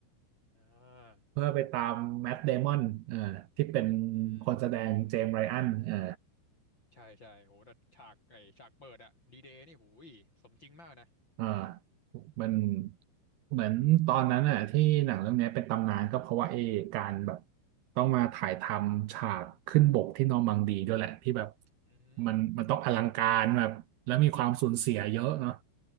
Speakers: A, on the left; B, on the right.
A: อ่า
B: เพื่อไปตามแมทเดมอนเออที่เป็น
A: อืม
B: คนแสดงเจมส์ไรอันเออ
A: ใช่ใช่โหแต่ฉากไอฉากเปิดอะดีเดย์นี่หูยสมจริงมากนะ
B: อ่ามันเหมือนตอนนั้นอ่ะที่หนังเรื่องเนี้ยเป็นตำนานก็เพราะว่าเอการแบบต้องมาถ่ายทำฉากขึ้นบกที่นอร์มังดีด้วยแหละที่แบบ
A: อืม
B: มันมันต้องอลังการแบบแล้วมีความสูญเสียเยอะเนาะ